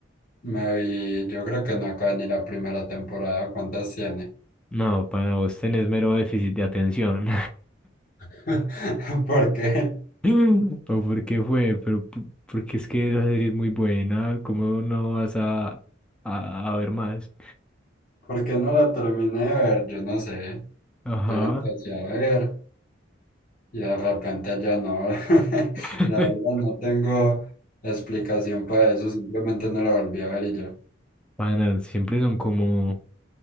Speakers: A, on the left (about 45°); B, in the centre.
A: Me vi, yo creo que no acabé ni la primera temporada, ¿cuántas tiene?
B: No, para vos tenés mero déficit de atención.
A: <laughs> ¿Por qué?
B: <laughs> ¿O por qué fue? Pero p- porque es que esa serie es muy buena, ¿cómo no vas a, a, a ver más?
A: ¿Por qué no la terminé de ver? Yo no sé.
B: Ajá.
A: Yo la empecé a ver y de repente ya no. <laughs>
B: <laughs>
A: La verdad, no tengo explicación para eso, simplemente no la volví a ver y ya.
B: Panas, siempre son como,